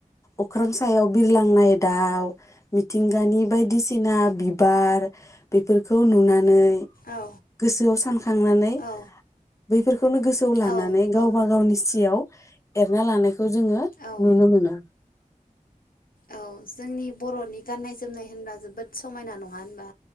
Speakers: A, on the left (about 20°); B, on the left (about 80°).
A: अख्रां सायाव बिरलांनाय दाउ मिथिंगानि बायदिसिना बिबार बेफोरखौ नुनानै
B: औ
A: गोसोआव सानखांनानै
B: औ
A: बैफोरखौनो गोसोआव लानानै
B: औ नंगौ
A: गावबा गावनि सियाव एरना लानाय खौ जोङो
B: औ
A: नुनो मोनो।
B: औ जोंनि बर'नि गाननाय जोमनाय होनबा जोबोद समायना नङा होनबा?